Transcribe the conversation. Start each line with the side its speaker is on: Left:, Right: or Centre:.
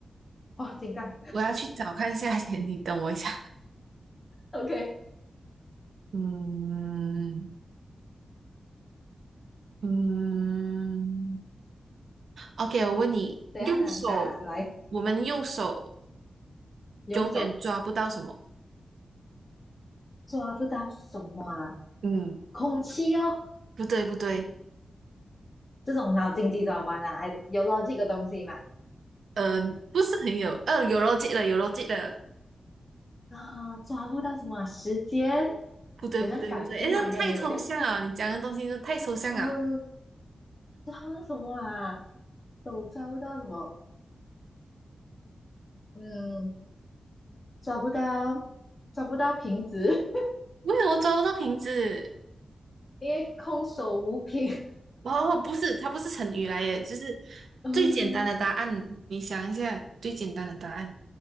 Left: 哇，紧张
Right: 我要去找看一下先，你等我一下。
Left: ，OK，
Right: 嗯嗯，OK，我问你，
Left: 怎样哈，
Right: 用手，
Left: 来
Right: 我们用手
Left: 用手
Right: 永远抓不到什么？
Left: 抓不到什么啊，
Right: 嗯，
Left: 空气哦，
Right: 不对不对，
Left: 这种脑筋急转弯啊，有 l o 的东西嘛。
Right: 嗯、不是很有，呃，有逻辑的，有逻辑的，
Left: 啊，抓不到什么啊时间
Right: 不对不对不对，
Left: 有这样感性吗？
Right: 诶，这太抽象了，
Left: 应该没有这样。
Right: 你讲的东西都太抽象了，
Left: <laughs> 呃，抓不到什么啊？手抓不到什么？嗯，抓不到，抓不到瓶子，
Right: 为什么抓不到瓶子？
Left: <laughs> 因为空手无瓶。
Right: 哦，不是，它不是成语来耶，就是
Left: 嗯，
Right: 最简单的答案，你想一下最简单的答案，